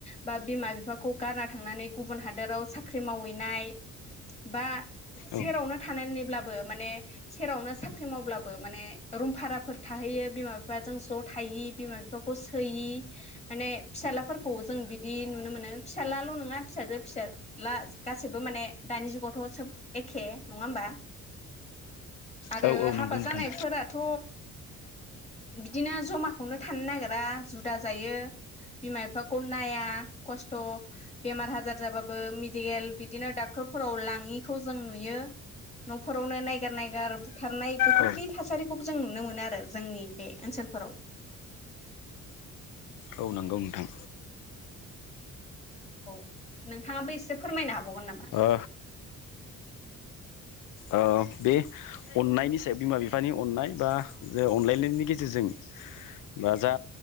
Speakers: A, on the left (about 20°); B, on the left (about 75°).
A: बा बिमा बिफाखौ गारना थांनानै गुबुन हादोराव साख्रि मावहैनाय बा सेरावनो
B: औ
A: थानानैब्लाबो माने सेरावनो साख्रि मावब्लाबो माने रुम भाराफोर थाहैयो बिमा बिफ जों ज' थायि बिमा बिफाखौ सोयि माने फिसालाफोरखौ जों बिदि नुनो मोनो फिसालाल' नङा फिसाजो फिसाज्ला गासैबो माने दानि जुगावथ' सोब एखे नङा होमबा आरो
B: औ औ
A: हाबा
B: नंगौ
A: जानायफोराथ'
B: नोंथां
A: बिदिनो जमाखौनो थानो नागिरा जुदा जायो बिमा बिफाखौ नाया खस्थ' बेमार आजार जाबाबो मेडिकेल बिदिनो डाक्टरफोराव लाङिखौ जों नुयो न'फोरावनो नायगार नायगार बुथारनाय बेफोरदि
B: औ
A: थासारिखौबो जों नुनो मोनो आरो जोंनि बे ओनसोलफोराव
B: औ नंगौ नोंथां
A: औ नोंथाङाबो एसे फोरमायनो हाबावगोन नामा?
B: ओ ओ बे अननायनि सायाव बिमा बिफानि अननाय बा जे अनलायनायनि गेजेरजों बा जा